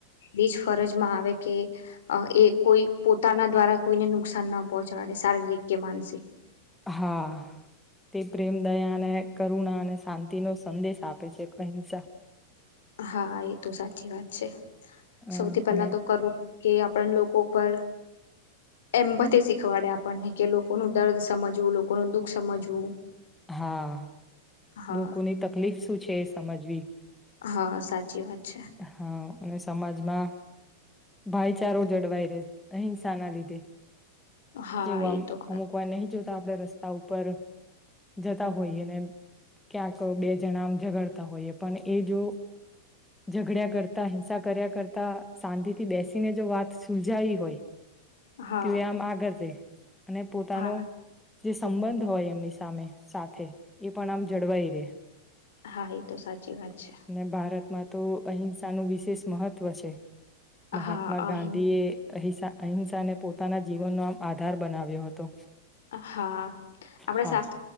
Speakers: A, on the left; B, in the centre.
A: બધી જ ફરજમાં આવે થી અ એ કોઈ પોતાના દ્વારા કોઈને, નુકસાનના પહોંચાડે શારીરિક કે માનસિક.
B: હા. તે પ્રેમ દયા અને કરુણા અને શાંતિનો સંદેશ આપે છે, અહિંસા
A: હા, એ તો સાચી વાત છે.
B: અ
A: સૌથી, પહેલા
B: અને
A: તો કર કે આપણ લોકો પર એમ બ શીખવાડે આપણને કે લોકો ન દર્દ સમજવું લોકોનું દુઃખ સમજવું
B: હા
A: હા
B: લોકોની તકલીફ સુું છે સમજવી
A: હા સાચી વાત છે
B: હા અને સમાજમાં ભાઈચારો જળવાઈ રહે અહિંસા ના લીધે
A: હા
B: એવું આમ
A: એ તો ખર
B: અમુક વાર નહ જોતું આપણે રસ્તા ઉપર જતા હોઈએ ને ક્યાંક બે જણા આમ ઝઘાડતા હોઈએ પણ એ જો ઝઘડ્યા કરતા હિંસા કર્યા કરતા શાંતિ થી બેસીને જો વાત સુલજાવી હોય
A: હા
B: ત આમ આગળ છે અને પોતાનો
A: હા
B: જે સંબંધ હોય એમની સામે સાથે પણ આમ કરવાવાઈરે
A: હા એ તો સાચી વાત છે
B: અને ભારતમાં તો અહિંસા નું વિશેષ મહત્વ છે મહાત્મા
A: હા અહિં
B: ગાંધી એ અહિસા અહિંસા ને પોતાના જીવનનો આમ આધાર બનાવ્યો હતો
A: હા આપડા
B: હા